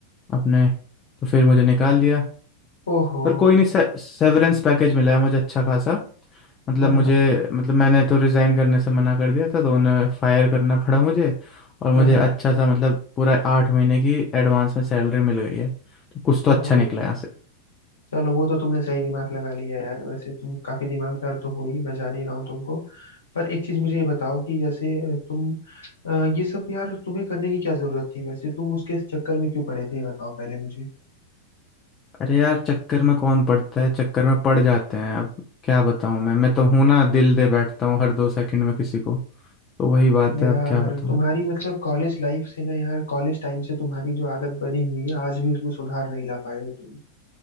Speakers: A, on the left (about 25°); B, on the left (about 65°).
A: अपने तो फिर मुझे निकाल दिया
B: ओहो
A: पर कोई नहीं से, सेवरेंस पैकेज मिला है मुझे अच्छा खासा मतलब
B: हाँ
A: मुझे
B: हाँ
A: मतलब मैंने तो रिज़ाइन करने से मना कर दिया था तो उन्हें फायर करना पड़ा मुझे और मुझे
B: हाँ हाँ,
A: अच्छा सा मतलब पूरा आठ महीने की एडवांस में सैलरी मिल गई है तो कुछ तो अच्छा
B: ओहो
A: निकला यहाँ से
B: चलो वो तो तुमने सही दिमाग लगा लिया यार वैसे तुम काफी दिमागदार तो हो ही मैं जान ही रहा हूँ तुमको पर एक चीज मुझे ये बताओ कि जैसे अ, तुम अ, ये सब यार तुम्हें करने की क्या जरूरत थी वैसे तुम उसके चक्कर में क्यों पड़े थे ये बताओ पहले मुझे
A: अरे यार चक्कर में कौन पड़ता है चक्कर में पड़ जाते हैं अब क्या बताऊँ मैं मैं तो हूं ना दिल दे बैठता हूँ हर दो सेकंड में किसी को तो वही बात
B: यार
A: है अब क्या बताऊँ
B: तुम्हारी मतलब कॉलेज लाइफ से ना यार कॉलेज टाइम से तुम्हारी जो आदत बनी हुई है आज भी उसमें सुधार नहीं ला पाए हो तुम